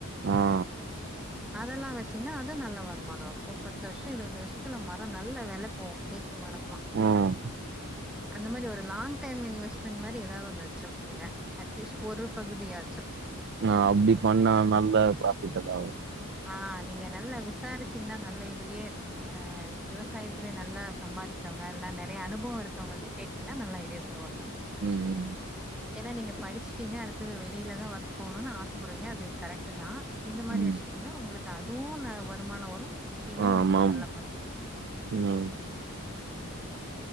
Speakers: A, on the right; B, in the centre.
A: ஆ
B: அதெல்லா வச்சீங்கன்னா அது நல்ல வருமானோ வரு ஒரு பத்து வருஷோ இருவது வருஷோ சித்தல மரோ நல்ல வெல போவு தேக்கு மரம்ல்லா
A: ம்
B: அந்த மாரி ஒரு லாங் டைம் இன்வெஸ்ட்மெண்ட் மாரி எதா ஒன்னு வச்சு வுட்டுருங்க அட்லீஸ்ட் ஒரு பகுதியாச்சு
A: ஆ அப்டி பண்ணா நல்ல ப்ராஃபிட்டு தா
B: ஆ நீங்க நல்லா விசாரிச்சீங்கன்னா நல்ல இதுலயே ஆ விவசாயத்துல நல்லா சம்பாரிக்றவ்ங்க இல்னா நறைய அனுபவோ இருக்கோங்கள்ட்ட கேட்டீங்ன்னா நல்ல ஐடியா தருவாங்க
A: ம் ம்
B: ஏனா நீங்க படிச்சுட்டீங்க அடுத்தது வெளில தா ஒர்க் போணுன் ஆசப்படுவீங்க அது கரெக்ட் டு தா இந்த மாரி வச்சுட்டீங்ன்னா
A: ம்
B: ஒங்ளுக்கு அதுவு ஒன்னு வருமானோ வரும் இதுவு
A: ஆமாம்
B: நீங்க நல்லா பண்லா
A: ம்
B: ம்